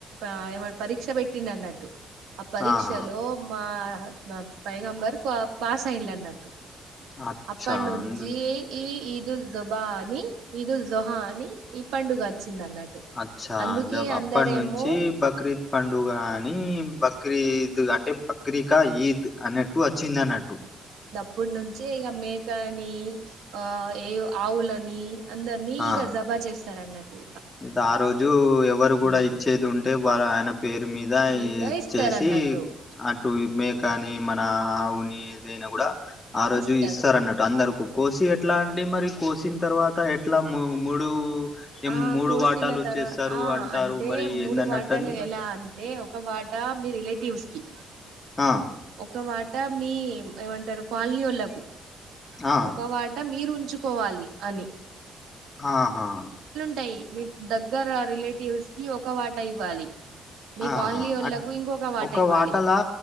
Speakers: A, on the right; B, on the left.
A: ఆ ఏమైనా పరీక్ష పెట్టిండ్ అన్నట్టు ఆ పరీక్షలో
B: ఆహా
A: మా పైంబర్ పాసం ఇల్న్నట్టు
B: అచ్చా
A: అప్పట్ నుంచి
B: అందు
A: ఈ ఇద్ ఇదుల్ జుబా అని ఇదుల్ జుహా అని ఈ పండుగ వచ్చింది అన్నట్టు
B: అచ్చా
A: అందుకే
B: జ అప్పం
A: అందరేమో
B: నుంచి బక్రీద్ పండుగా అని బక్రీద్ అంటే బక్రిక ఈద్ అన్నట్టు వచ్చింది అన్నట్టు
A: ఇప్పుడు నుంచే ఇక మేకని ఆ ఏ ఆవులని అందరినీ ఇక
B: ఆ
A: జబా చేస్తారు అన్నట్టు
B: ఇది ఆ రోజు ఎవరు కూడా
A: ఉమ్
B: ఇచ్చేది ఉంటే వా ఆయన పేరు మీద
A: మీదా
B: ఈ
A: ఇస్తారు
B: చేసి
A: అన్నట్టు
B: అట్ టు మే కాని మన ఆవుని ఏదైనా కూడా ఆ రోజు
A: ఇస్తారు
B: ఇస్తారన్నట్టు అందరుకు కోసి ఎట్లా అండి మరి కోసిన తర్వాత ఎట్లా మ్ మూడు ఏం
A: ఆ
B: మూడు
A: కోసిన
B: వాటాలు
A: తర్వాత
B: చేస్తారు
A: ఆ
B: అంటారు
A: అంటే
B: మరి
A: మూడు
B: ఏందన్నట్టంది
A: వాటలు ఎలా అ టే ఒక వాట మీ రిలేటివ్స్ కి
B: ఆ
A: ఒక వాట్ ట మీ ఏమంటారు కాలనీ వాళకు
B: ఆ
A: ఒక వాట మీరు ఉంచుకోవాలి అని
B: ఆహా
A: టై మీ దగ్గర రిలేటివ్స్ కి ఒక వాట ఇవ్వాలి మీ
B: ఆహా
A: కాలనీ వోళ్ళకు
B: అట్
A: ఇంకొక వాటా
B: ఒక
A: ఇవ్వాలి
B: వాటలా